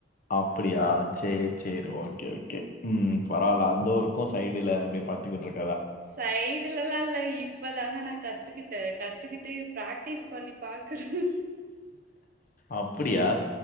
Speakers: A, on the left; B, on the right.
A: அப்படியா சேரி சேரி ஓகே ஓகே உ பராவால்ல
B: ம்
A: அந்த ஒர்க்கு சைடுல யே பாத்துக்கிட்ர
B: சைடுலலா இல்ல இப்பதாங்க நா கத்துக்கிட்டே கத்துக்கிட்டு பிராக் டிஸ் பண்ணி பாக்குறே
A: அப்படியா